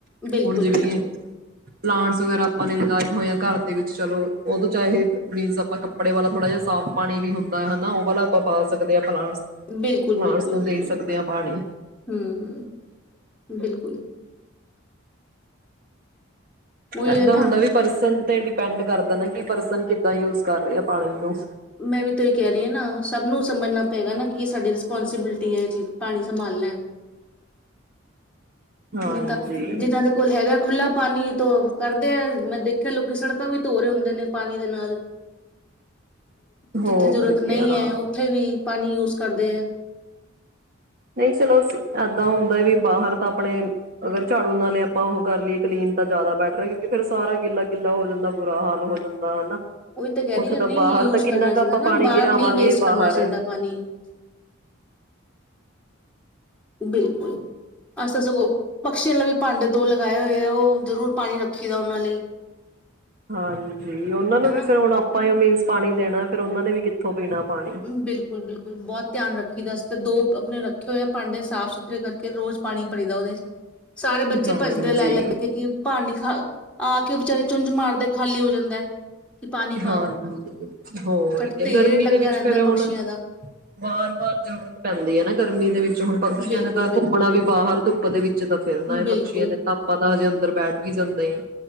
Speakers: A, in the centre; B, on the right.
A: ਬਿਲਕੁਲ
B: ਹੁਣ ਜਿਵੇਂ
A: ਬਿਲਕੁਲ
B: ਪਲਾਂਟਸ ਵਗੈਰਾ ਆਪਾਂ ਨੇ ਲਗਾਏ ਹੋਏ ਹੈ। ਘਰ ਦੇ ਵਿੱਚ ਚਲੋ, ਉਹਦੋਂ ਚਾਹੇ ਮੀਨਸ ਆਪਾਂ ਕੱਪੜੇ ਵਾਲਾ ਥੋੜਾ ਜਿਹਾ ਸਾਫ਼ ਪਾਣੀ ਵੀ ਹੁੰਦਾ ਹਨਾ ਉਹ ਵਾਲਾ ਆਪਾਂ ਪਾ ਸਕਦੇ ਹਾਂ। ਪਲਾਂਟਸ
A: ਬਿਲਕੁਲ,
B: ਪਲਾਂਟਸ
A: ਬਿਲਕੁਲ
B: ਨੂੰ
A: -ਬਿਲਕੁਲ
B: ਦੇ ਸਕਦੇ ਹਾਂ ਪਾਣੀ
A: ਹਮ, ਬਿਲਕੁਲ ਉਹੀ
B: ਏਦਾਂ
A: ਹੈ ਨਾ
B: ਹੁੰਦਾ ਵੀ ਪਰਸਨ ਤੇ ਡਿਪੈਂਡ ਕਰਦਾ ਨਾ ਕਿ ਪਰਸਨ ਕਿੱਦਾਂ ਯੂਜ ਕਰ ਰਹੇ ਆ ਪਾਣੀ ਨੂੰ।
A: ਮੈਂ ਵੀ ਤਾਂ ਇਹ ਕਹਿ ਰਹੀ ਹਾਂ ਨਾ, ਸਭ ਨੂੰ ਸਮਝਣਾ ਪਏਗਾ ਨਾ ਕਿ ਇਹ ਸਾਡੀ ਰਿਸਪੋਂਸੀਬਿਲਿਟੀ ਹੈ ਇਹ ਚੀਜ਼ ਪਾਣੀ ਸੰਭਾਲਨਾ।
B: ਹਾਂਜੀ
A: ਨੀ ਤਾਂ ਜਿਦਾਂ ਦੇ ਕੋਲ ਹੈਗਾ ਖੁੱਲ੍ਹਾ ਪਾਣੀ ਤੋ ਕਰਦੇ ਆ ਮੈਂ ਦੇਖਿਆ, ਲੋਕੀ ਸੜਕਾਂ ਵੀ ਧੋ ਰਹੇ ਹੁੰਦੇ ਨੇ ਪਾਣੀ ਦੇ ਨਾਲ।
B: ਹੋਰ
A: ਜਿੱਥੇ ਜ਼ਰੂਰਤ ਨਹੀਂ
B: ਕਿਆ
A: ਹੈ, ਉੱਥੇ ਵੀ ਪਾਣੀ ਯੂਜ ਕਰਦੇ ਹੈ।
B: ਨਹੀਂ ਚਲੋ, ਏਦਾਂ ਹੁੰਦਾ ਕਿ ਬਾਹਰ ਤਾਂ ਆਪਣੇ ਅਗਰ ਝਾੜੂ ਨਾਲ ਹੀ ਆਪਾਂ ਉਹ ਕਰ ਲਈਏ ਕਲੀਨ ਤਾਂ ਜ਼ਿਆਦਾ ਬੈਟਰ ਹੈ, ਕਿਉਂਕਿ ਫਿਰ ਸਾਰਾ ਗਿੱਲਾ- ਗਿੱਲਾ ਹੋ ਜਾਂਦਾ ਬੁਰਾ ਹਾਲ ਹੋ ਜਾਂਦਾ ਹਨਾ।
A: ਉਹੀ ਤਾਂ ਕਹਿ
B: ਉੱਥੇ
A: ਰਹੀ, ਨਹੀਂ
B: ਬਾਹਰ
A: ਯੂਜ
B: ਤਾਂ ਕਿੰਨਾ
A: ਕਰਨਾ
B: ਕੁ
A: ਚਾਹੀਦਾ
B: ਆਪਾਂ ਪਾਣੀ
A: ਨਾ ਬਾਹਰ
B: ਗਿਰਾਵਾਂਗੇ
A: ਨਹੀਂ ਵੇਸਟ
B: ਬਾਹਰ
A: ਕਰਨਾ ਚਾਹੀਦਾ ਪਾਣੀ। ਬਿਲਕੁਲ ਅਸੀਂ ਤਾਂ ਸਗੋਂ ਪਕਸ਼ੀਆਂ ਲਈ ਵੀ ਭਾਂਡੇ ਦੋ ਲਗਾਏ ਹੋਏ ਆ, ਉਹ ਜ਼ਰੂਰ ਪਾਣੀ ਰੱਖੀ ਦਾ ਉਹਨਾਂ ਲਈ।
B: ਹਾਂਜੀ ਉਹਨਾਂ ਨੂੰ
A: ਹਨਾ
B: ਵੀ ਫਿਰ ਹੁਣ ਆਪਾਂ ਹੀ ਮੀਨਸ ਪਾਣੀ ਦੇਣਾ ਫਿਰ ਉਹਨਾ ਨੇ ਵੀ ਕਿੱਥੋਂ ਪੀਣਾ ਪਾਣੀ
A: ਬਿਲਕੁਲ-ਬਿਲਕੁਲ ਬਹੁਤ ਧਿਆਨ ਰੱਖੀ ਦਾ ਅਸੀ ਤੇ ਦੋ ਆਪਣੇ ਰੱਖੇ ਹੋਏ ਆ ਭਾਂਡੇ, ਸਾਫ਼ ਸੁਥਰੇ ਕਰਕੇ ਰੋਜ਼ ਪਾਣੀ ਭਰੀ ਦਾ ਉਹਦੇ ਚ। ਸਾਰੇ ਬੱਚੇ
B: ਹਾਂਜੀ
A: ਭੱਜਦੇ ਆ ਲੈ ਲੈ ਕੇ ਕੀ ਪਾਣੀ ਆ ਕੇ ਵਿਚਾਰੇ ਚੁੰਝ ਮਾਰਦੇ ਖਾਲੀ ਹੋ ਜਾਂਦਾ। ਕਿ ਪਾਣੀ ਪਾਓ
B: ਹਾਂਜੀ ਹੋਰ
A: ਸਾਡਾ
B: ਕਿਆ
A: ਢੇਰ
B: ਗਰਮੀ
A: ਲੱਗਾ
B: ਦੇ ਵਿੱਚ
A: ਰਹਿੰਦਾ
B: ਫਿਰ ਹੁਣ
A: ਪਕਸ਼ੀਆਂ ਦਾ
B: ਵਾਰ- ਵਾਰ ਜ਼ਰੂਰਤ ਪੈਂਦੀ ਹੈ ਨਾ ਗਰਮੀ ਦੇ ਵਿੱਚ। ਪਕਸ਼ੀਆਂ
A: ਬਿਲਕੁਲ
B: ਨੇ ਤਾਂ
A: ਬਿਲਕੁਲ
B: ਘੁੰਮਣਾ ਵੀ ਬਾਹਰ ਧੁੱਪ ਦੇ ਵਿੱਚ ਤਾਂ ਫਿਰਨਾ ਹੈ
A: ਬਿਲਕੁਲ
B: ਪਕਸ਼ੀਆਂ ਨੇ ਤਾਂ ਆਪਾਂ ਹਜੇ ਅੰਦਰ ਬੈਠ ਵੀ ਜਾਂਦੇ ਆ